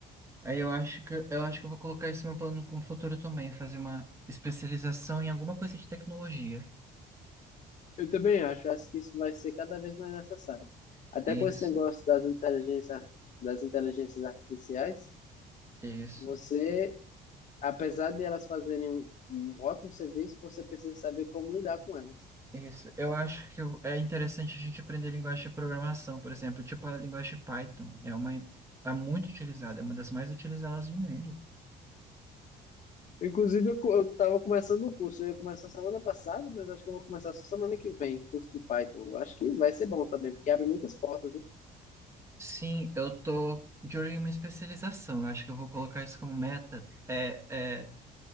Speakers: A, on the right; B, on the left.
A: aí eu acho que eu acho que eu vou colocar esse meu plano com o futuro também, fazer uma especialização em alguma coisa de tecnologia.
B: Eu também acho, acho que isso vai ser cada vez mais necessário. Até
A: Isso,
B: com esse negócio das inteligências, das inteligências artificiais,
A: isso.
B: você, apesar de elas fazerem um um ótimo serviço, você precisa saber como lidar com elas.
A: Isso. Eu acho que o- é interessante a gente aprender linguagem de programação, por exemplo, tipo a linguagem Python. É uma é muito utilizada, é uma das mais utilizadas no mundo.
B: Inclusive, eu, co- eu tava começando um curso, eu ia começar semana passada, mas acho que eu vou começar só semana que vem, curso de Python. Eu acho que vai ser bom também, porque abre muitas portas, né?
A: Sim, eu tô de olho em uma especialização. Eu acho que eu vou colocar isso como meta. É, é,